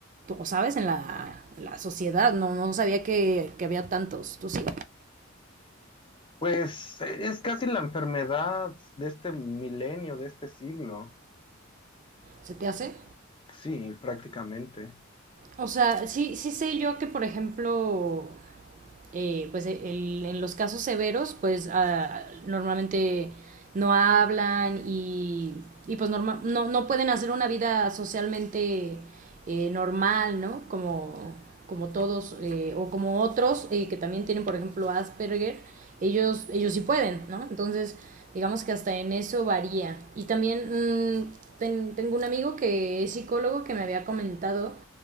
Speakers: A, on the right; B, on the left.
A: ¿sabes? En la, en la sociedad, no, no sabía que, que había tantos. ¿Tú sí?
B: Pues es casi la enfermedad de este milenio, de este siglo.
A: ¿Se te hace?
B: Sí, prácticamente.
A: O sea, sí, sí sé yo que, por ejemplo, eh, pues e, el, en los casos severos, pues ah, normalmente no hablan y, y pues norma, no, no pueden hacer una vida socialmente eh, normal, ¿no? Como, como todos eh, o como otros eh, que también tienen, por ejemplo, Asperger, ellos, ellos sí pueden, ¿no? Entonces, digamos que hasta en eso varía. Y también mmm, ten, tengo un amigo que es psicólogo que me había comentado